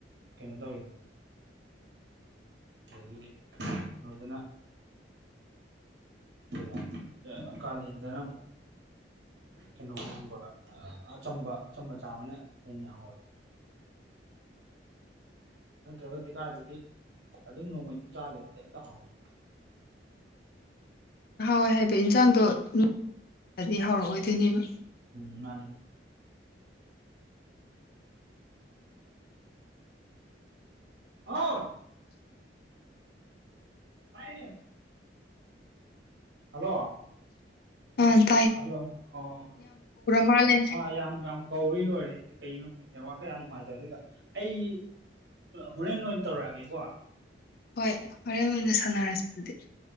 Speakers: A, on the right; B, on the left.
A: ꯀꯩꯅꯣ ꯇꯧꯋꯤꯗ ꯑꯗꯨꯗꯒꯤ ꯅꯣꯗꯅ ꯑꯗꯨꯒ ꯀꯥꯂꯦꯟꯗꯅ ꯑꯃꯨꯛ ꯀꯩꯅꯣꯒꯨꯝꯕ ꯑꯆꯝꯕ ꯑꯆꯝꯕ ꯆꯥꯕꯅ ꯍꯦꯟꯅ ꯍꯥꯎꯋꯦ ꯅꯠꯇ꯭ꯔꯒꯗꯤ ꯀꯥꯏꯗꯒꯤ ꯑꯗꯨꯝ ꯅꯣꯡꯃꯩ ꯑꯗꯨꯝ ꯆꯥꯂꯦ ꯍꯥꯏꯔꯗꯤ ꯑꯝꯇ ꯍꯥꯎꯋꯦ
B: ꯍꯥꯎꯋꯦ ꯍꯥꯏꯕ ꯏꯟꯁꯥꯡꯗꯣꯗꯤ ꯍꯥꯎꯔꯛꯑꯣꯏꯗꯣꯏꯅꯦꯕ
A: ꯎꯝ ꯃꯥꯅꯤ ꯍꯥꯎ ꯍꯥꯏꯥꯏꯅꯦ ꯍꯜꯂꯣ
B: ꯑ
A: ꯍꯜꯂꯣ ꯑꯣ
B: ꯃꯥꯜꯂꯦ
A: ꯑ ꯌꯥꯝ ꯌꯥ ꯀꯧꯏ ꯂꯣꯏꯔꯦꯁꯦꯩꯒꯤꯅꯣꯦꯠꯋꯥꯔꯀ ꯌꯥꯝ ꯉꯥꯏꯖꯔ ꯑꯗꯨꯒ ꯑꯩ ꯍꯣꯔꯦꯟ ꯑꯣꯏꯅ ꯇꯧꯔꯛꯑꯒꯦꯀꯣ
B: ꯍꯣꯏ ꯍꯣꯔꯦꯟ ꯑꯣꯏꯅ ꯁꯥꯟꯅꯔꯁꯤ ꯑꯗꯨꯗꯤ